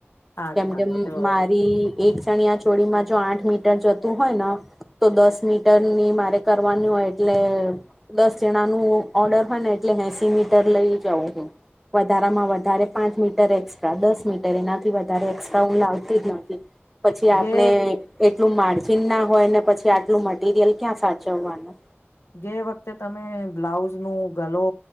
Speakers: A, on the left (about 65°); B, in the centre.
A: સારું
B: કેમ
A: સારું
B: કે
A: તો
B: મા એક ચણિયા ચોળમાં જો આઠ મીટર જતું હોય ને તો દસ મીટર ની મારે કરવાની હોય એટલે દસ જણા નો ઓર્ડર હોય ને, એટલે એસી મીટર લઈ જઉં હું. વધારા માં વધારે પાંચ મીટર એક્સ્ટ્રા, દસ મીટર, એનાથી વધારે એક્સ્ટ્રા હું લાવતી જ નથી. પછી આપણે
A: જે
B: એટલું માર્જિન ના હોય ને, પછી આટલું મટીરિયલ ક્યાં સાચવવાનું?
A: ગ વખતે તમે બ્લાઉઝ નું ગલો